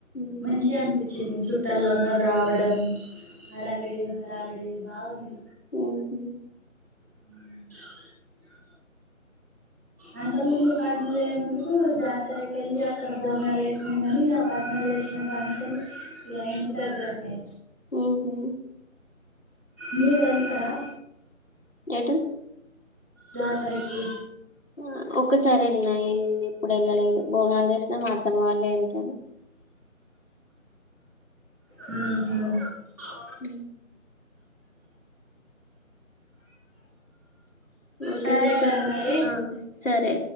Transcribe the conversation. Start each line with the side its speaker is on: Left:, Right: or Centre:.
Left: ఉహు
Centre: మంచిగా అనిపించింది చుట్టాలందరూ రావడం హడావిడి హడావిడి బాగుంది
Left: మ్ హు
Centre: మ్ అంత ముందు పట్టణాలు లేముందుకు జాతర కెళ్ళి అక్కడ బోనాలు వేసినం కాని ఇగ పట్నలు వేసిన ఏశిన కంచెలి ఇగ ఇంటి దగ్గర్నే
Left: ఉహు
Centre: మీరు ఎళ్తారా
Left: తూ
Centre: జాతరకి
Left: ఆ ఒక్కసారి వెళ్ళినయే నేను ఎప్పుడు వెళ్ళలేదు బోనాలు చేసిన మా అత్తమ్మ వాళ్ళే వెళ్తారు
Centre: హుహు
Left: హ ఓకే
Centre: సరేరా
Left: సిస్టర్ మ్
Centre: మరి
Left: ఆ సరే